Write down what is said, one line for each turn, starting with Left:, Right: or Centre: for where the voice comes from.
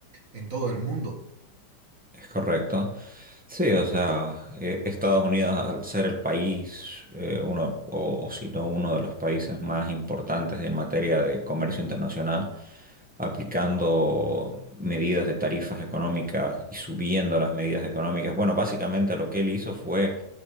Right: en todo el mundo.
Centre: Es correcto. Sí, o sea, eh, Estados Unidos al ser el país, eh, uno, o, o si no uno de los países más importantes en materia de comercio internacional, aplicando medidas de tarifas económicas y subiendo las medidas económicas. Bueno, básicamente lo que él hizo fue